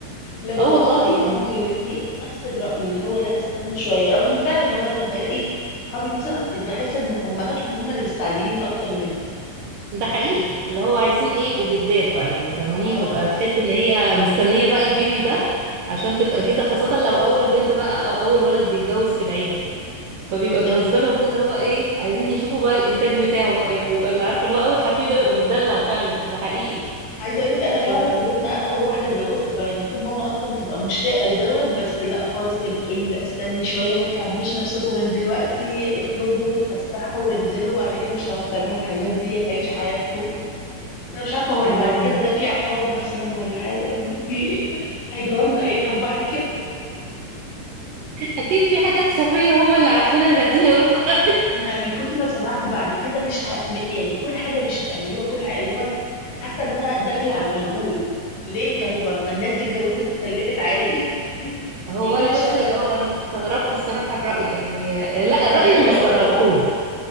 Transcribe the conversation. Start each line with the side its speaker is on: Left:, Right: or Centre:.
Left: لا ده
Right: اه
Left: ده
Right: والله
Left: مامتي
Right: يعني
Left: ومامته الاثنين نفس الرأي اللي هو لا استنوا شوية رغم ان فعلا والله انا بلاقي صحابي مثلا بحس ان امهاتهم هم اللي مستعجلين اكتر منهم
Right: ده حقيقي اللي هو عايزين ايه يبقوا جدات بقى يعني فاهماني
Left: اه
Right: بتبقى بتحس ان هي مستنية بقى البيبي ده عشان تبقى جدة خاصة لو اول بنت بقى او اول ولد بيتجوز في العيلة فبيبقى
Left: بالظبط
Right: بالنسبة لهم ده اللي هو ايه عايزين يشوفوا بقى الانتاج بتاعه بقى يعني بيبقى اللي عارفة اللي هو اول حفيد ده بيبقى متدلع فعلا ده حقيقي
Left: عايزه اقول لك انا فعلا
Right: ف-
Left: في بيتنا انا اول واحده اتجوزت فهي المفروض ماما اصلا تبقى مشتاقه لدوت بس لا خالص هي بتقولي لا استني شويه ما تكعبلوش نفسكم من دلوقتي اخرجوا وتفسحوا وانزلوا بعد كده مش هتعرفوا تعملوا الحاجات دي تعيشوا حياتكم انا مش عارفه هو اللي
Right: اه
Left: بعد كده ده في عقاب مثلا ولا حاجه يعني في <laughs> هيجرى لنا ايه طب بعد كده
Right: اكيد في حاجات خفيه هم اللي عارفينها مش عايزين يقولوا لكم <laughs>
Left: انا من كتر ما سمعت بعد كده مش ه... م- يعني كل حاجه مش هتعملوها كل حاجه اللي هو حاسه ان انا داخله على المجهول ليه طيب ما الناس دي اتجوزت وخلفت عادي <laughs>
Right: هو
Left: يعني كل
Right: انا
Left: شوية
Right: بس اه انا استغربت الصراحه الراي يعني
Left: اه
Right: آه، لا الراي
Left: انت عندك
Right: انا ما استغربتوش
Left: اولاد صح